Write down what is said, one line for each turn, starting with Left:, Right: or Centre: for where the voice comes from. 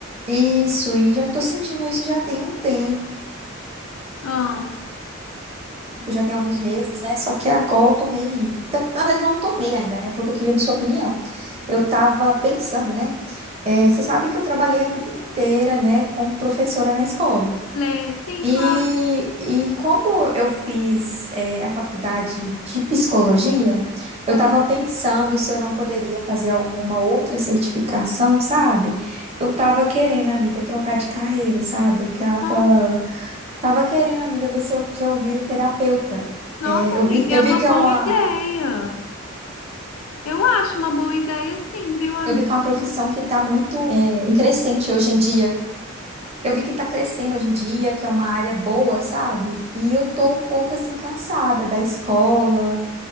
Right: Isso, e já tô sentindo isso já tem um tempo,
Left: Ah,
Right: já tem alguns meses, né? Só que agora eu tomei. Então, na verdade, eu não tomei ainda, né? Porque eu queria ouvir sua opinião. Eu tava pensando, né? É, você sabe que eu trabalhei a vida inteira, né, como professora na escola.
Left: Lê, sim,
Right: E,
Left: claro.
Right: e como eu fiz, é, a faculdade de psicologia, eu
Left: Ah,
Right: estava pensando se eu não poderia fazer alguma outra certificação, sabe? Eu estava querendo, amiga, trocar de carreira, sabe? Eu tava,
Left: ah.
Right: tava querendo, amiga, ver se eu, se eu viro terapeuta.
Left: Nossa,
Right: É, eu
Left: amiga,
Right: vi, eu
Left: é uma
Right: vi que é
Left: boa
Right: uma,
Left: ideia. Eu acho uma boa ideia, sim, viu, amiga?
Right: eu vi que é uma profissão que está muito, é, em crescente hoje em dia. Eu vi que tá crescendo hoje em dia, que é uma área boa, sabe? E eu tô um pouco assim cansada da escola